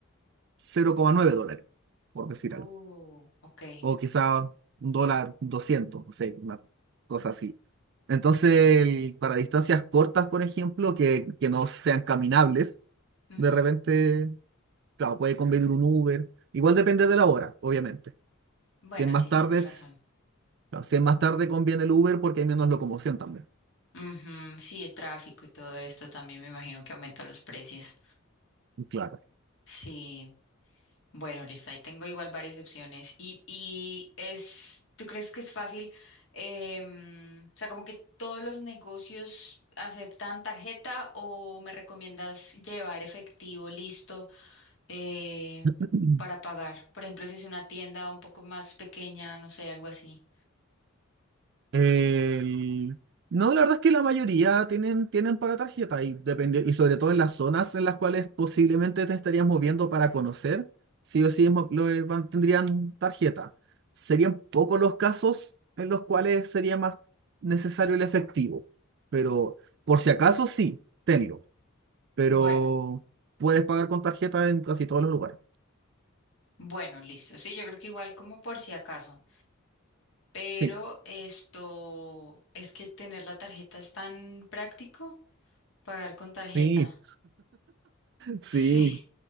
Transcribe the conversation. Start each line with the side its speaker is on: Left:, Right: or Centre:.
Right: cero coma nueve dólares, por decir
Left: Uh,
Right: algo.
Left: ok.
Right: O quizá un dólar doscientos no sé, una cosa así. Entonces, el- para distancias cortas, por ejemplo, que, que no sean caminables,
Left: Ujú.
Right: de repente, claro, puede convenir un Uber. Igual depende de la hora, obviamente.
Left: Bueno,
Right: Si es más
Left: sí,
Right: tarde,
Left: tienes razón.
Right: Claro, si es más tarde conviene el Uber porque hay menos locomoción también.
Left: Ujú, Sí, el tráfico y todo esto también me imagino que aumenta los precios.
Right: Claro.
Left: Sí, bueno, listo, ahí tengo igual varias opciones. Y, y es, ¿tú crees que es fácil? em, o sea, como que todos los negocios aceptan tarjeta o me recomiendas llevar efectivo listo eh,
Right: <clears throat>
Left: para pagar? Por ejemplo, si es una tienda un poco más pequeña, no sé, algo así.
Right: El- No, la verdad es que la mayoría tienen, tienen para tarjeta y, depende- y sobre todo en las zonas en las cuales posiblemente te estarías moviendo para conocer, sí o sí es mo- lo- eh, van- tendrían tarjeta. Serían pocos los casos en los cuales sería más necesario el efectivo, pero por si acaso sí, tenlo, pero
Left: Bueno.
Right: puedes pagar con tarjeta en casi todos los lugares.
Left: Bueno, listo. Sí, yo creo que igual como por si acaso. Pero
Right: Sí,
Left: esto es que tener la tarjeta es tan práctico, pagar con tarjeta.
Right: sí,
Left: <laughs>
Right: sí.
Left: Sí,